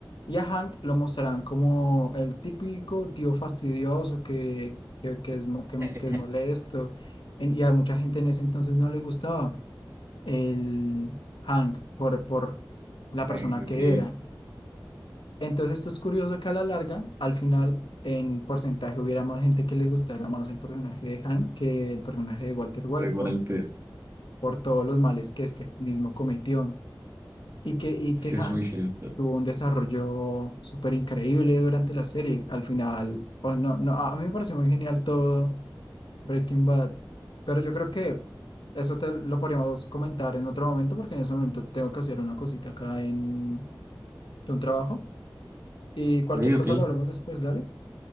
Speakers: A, on the left; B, on the right.
A: Y a Hank lo mostrarán como el típico tío fastidioso que, que, que es, mo- que,
B: <laughs>
A: que es molesto, en- y a mucha gente en ese entonces no le gustaba el Hank, por, por la persona
B: Hank, ok,
A: que era. Entonces esto es curioso que a la larga, al final, en porcentaje hubiera más gente que le gustara más el personaje de Hank que el personaje de Walter White
B: de Walter,
A: por, por todos los males que este mismo cometió. Y que, y
B: sí
A: que Hank
B: es muy cierto.
A: tuvo un desarrollo súper increíble durante la serie. Al final, oh, no, no, a a mí me pareció muy genial todo Breaking Bad. Pero yo creo que eso te lo podríamos comentar en otro momento, porque en ese momento tengo que hacer una cosita acá en de un trabajo. Y cualquier
B: Ok,
A: cosa
B: ok.
A: lo hablamos después, dale.